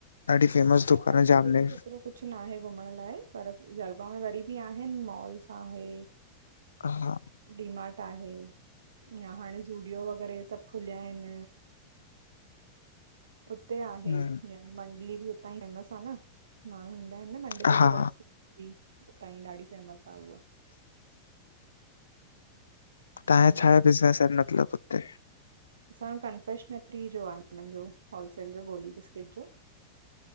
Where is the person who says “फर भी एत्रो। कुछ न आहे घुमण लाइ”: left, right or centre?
Right